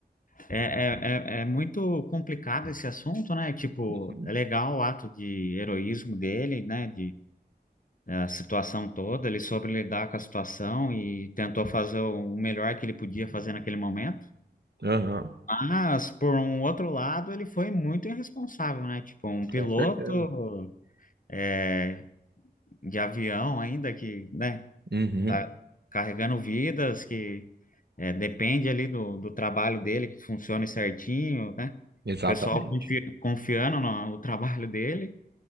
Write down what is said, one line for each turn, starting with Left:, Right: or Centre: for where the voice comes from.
Left: é, é, é é muito complicado esse assunto, né? Tipo,
Right: Uhum.
Left: é legal o ato de heroísmo dele, né? a situação toda, ele soube lidar com a situação e tentou fazer o melhor que ele podia fazer naquele momento.
Right: Aham,
Left: Mas, por um outro lado, ele foi muito irresponsável, né? Tipo, um piloto
Right: com certeza.
Left: é, de avião ainda que, né,
Right: Uhum,
Left: tá carregando vidas, que é, depende ali do, do trabalho dele, que funcione certinho, né?
Right: exatamente.
Left: O pessoal confi- confiando no, no trabalho dele.